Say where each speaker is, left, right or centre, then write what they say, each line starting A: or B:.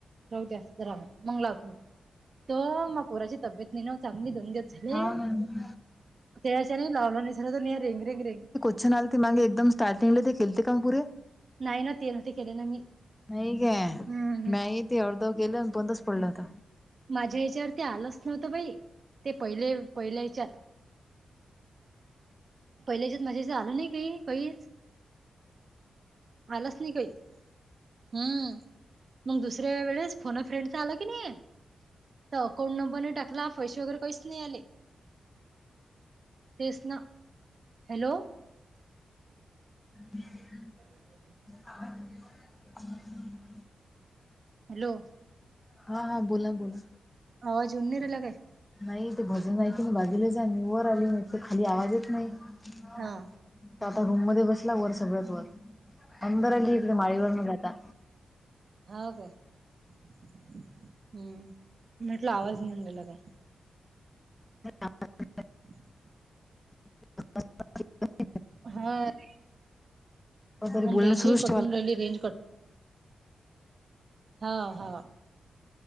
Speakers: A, on the right (about 55°); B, on the left (about 15°).
A: राहत्यास जरा मंगलावत्ही <unintelligible> त म पोराची तब्येत नाही नवत. चांगली दंग्यात झाली
B: हाव ना
A: त्याच्या लावला नाही झाला दो रेंग रेंग रेंग.
B: अच्छ ते मागे एकदम स्टार्टिंगले ते खेलते काम पुरे.
A: नाही ना ते नवते केले ना मी
B: नाही काय
A: हम्म्
B: म्याही ते अर्ध गेले आणि बंदच पडलत
A: माझ्या ह्याच्यावर ते आलंच नव्हतं बाई ते पहिले पहिल्या हच्यात. पहिल्याच्यात माझ्याशी आल नाही काही काहीच आलाच नाही काही. हम्म मग दुसऱ्या वेळेस फोन फ्रेंडचा आला की नाही. तर अकाउंट नंबर नाही टाकला पैसे वगर काहीच नाही आले. तेच ना. हॅलो
B: ह्
A: <unintelligible>
B: ह
A: हॅलो
B: हा हा बोला बोला
A: आवाज येऊन नी रायला काय
B: नाही ते भजन की नाही बाजूला जा वर आली म ते खाली आवाजच नाही तर
A: हा
B: आता रूम मध्ये बसला वर सगळ्यात वर अंदर आली इकडे माळीवर न जाता
A: होा काय हम्म म आटल आवाज नि अंदरला काय
B: ह
A: हम्म
B: ह <unintelligible>
A: हा ते
B: पण तरी बोलणं
A: रेंजे
B: सुरूच
A: कटून
B: ठेवायला
A: राली रेंज कट हा हा